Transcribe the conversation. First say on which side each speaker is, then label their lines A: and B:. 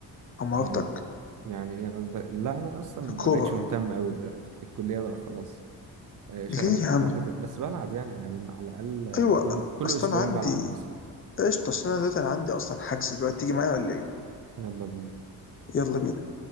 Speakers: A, on the left (about 35°); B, on the right (about 60°).
A: او مهارتك
B: يعني يعني إيه قصدك لا أنا أصلا
A: في
B: ما
A: الكوره
B: بقتش مهتم أوي دلوقتي الكلية بقى خلاص آه، شغلت
A: ليه يا عم
B: الواحد بس بلعب يعني يعني على الأقل آه،
A: ايوه
B: كل كل
A: اصلا
B: أسبوعين
A: عندي
B: بلعب مثلا
A: قشطه عشان انا دلوقتي انا عندي اصلا حجز دلوقتي تيجي معايا ولا ايه
B: يلا بينا
A: يلا بينا